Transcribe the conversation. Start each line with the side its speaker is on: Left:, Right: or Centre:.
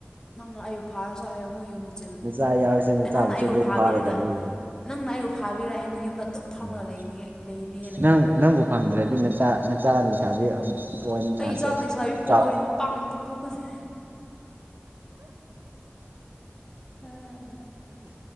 Left: ꯅꯪꯅ ꯑꯩꯕꯨ ꯐꯥꯔꯁꯨ ꯑꯌꯨꯡ ꯑꯃꯨꯛ ꯌꯨꯝꯗ ꯆꯤꯠꯂꯅꯤ
Right: ꯅꯆꯥ
Left: ꯀꯩꯅꯣ
Right: ꯌꯥꯎꯔꯤꯁꯦ ꯅꯆꯥꯕꯨꯁꯨ
Left: ꯑꯩ ꯅꯪꯅ ꯑꯩꯕꯨ
Right: ꯑꯗꯨꯝ
Left: ꯐꯥꯕꯤꯔꯒ
Right: ꯐꯥꯔꯒ ꯂꯧꯔꯤꯅꯤ
Left: ꯅꯪꯅ ꯑꯩꯕꯨ ꯐꯥꯕꯤꯔ ꯑꯩꯅ ꯌꯨꯝꯗ ꯑꯗꯨꯝ ꯐꯝꯃꯒ
Right: ꯎꯝ
Left: ꯂꯩꯅꯤ ꯂꯩꯅꯦꯅ
Right: ꯅꯪ
Left: ꯈꯟꯕ꯭ꯔꯥꯅꯪ
Right: ꯅꯪꯕꯨ ꯐꯪꯗ꯭ꯔꯗꯤ ꯅꯆꯥ ꯅꯆꯥ ꯂꯩꯁꯥꯕꯤ ꯄꯣꯛꯑꯅꯤꯅ
Left: ꯑꯩ
Right: ꯑꯗꯣ
Left: ꯏꯆꯥ ꯂꯩꯁꯥꯕꯤ ꯄꯣꯛꯑꯣꯏ
Right: ꯆꯥꯎ
Left: ꯅꯨꯄꯥ ꯉꯥꯛꯇ ꯄꯣꯛꯀꯅꯤ ꯑꯥ